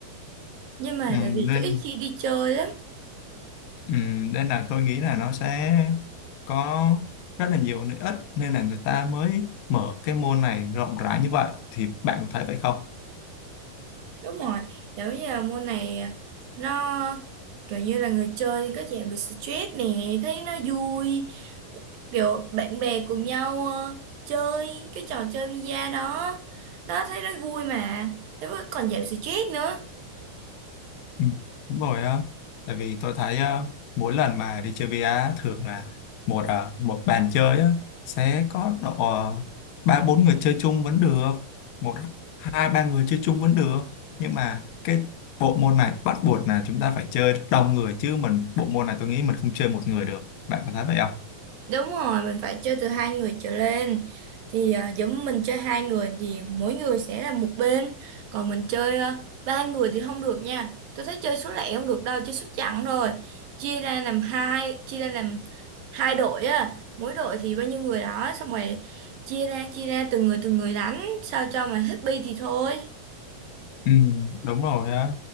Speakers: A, on the right; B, on the left.
A: nhưng mà
B: ừ,
A: tại vì
B: nên
A: tôi ít khi đi chơi lắm
B: ừ, nên là tôi nghĩ là nó sẽ có rất là nhiều lợi ích nên là người ta mới mở cái môn này rộng rãi như vậy thì bạn có thấy vậy không?
A: đúng rồi giống như là môn này nó kiểu như là người chơi có giảm được stress nè thấy nó vui kiểu bạn bè cùng nhau ờ, chơi cái trò chơi bia đó đó thấy nó vui mà thế mà còn giảm stress nữa
B: Ừ, Đúng rồi á, tại vì tôi thấy á, mỗi lần mà đi chơi VR á, thường là một à, một bàn chơi á, sẽ có độ ờ, ba bốn người chơi chung vẫn được, một hai ba người chơi chung vẫn được, nhưng mà cái bộ môn này bắt buộc là chúng ta phải chơi đông người chứ mình bộ môn này tôi nghĩ mình không chơi một người được, bạn có thấy vậy không?
A: Đúng rồi, mình phải chơi từ hai người trở lên. Thì à, giống mình chơi hai người thì mỗi người sẽ là một bên. Còn mình chơi ờ, ba người thì không được nha. Tôi thấy chơi số lẻ không được đâu, chơi số chẵn rồi. Chia ra làm hai, chia ra làm hai đội á. Mỗi đội thì bao nhiêu người đó, xong rồi chia ra chia ra từng người từng người đánh, sao cho mà hết bi thì thôi.
B: Ừ, đúng rồi á